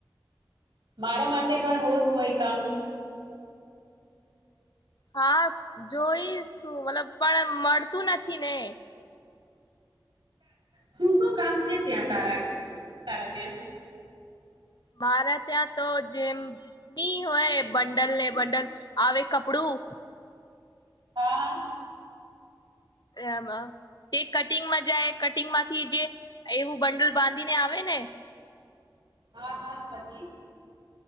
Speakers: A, on the right (about 70°); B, on the left (about 60°).
A: મારા માટે પણ હોત કોઈ કામ
B: હા જોઈ શું મતલબ પણ મળતું નથી ને
A: શું શું કામ છે ત્યાં તારા તારા ત્યાં
B: મારા ત્યાં તો જેમ ની હોય બંડલ ને બંડલ આવે કપડું
A: હા.
B: એમાં તે કટિંગમાં જાય કટિંગ માંથી જે એવું બંડલ બાંધી ને આવે ને
A: હા, હા પછી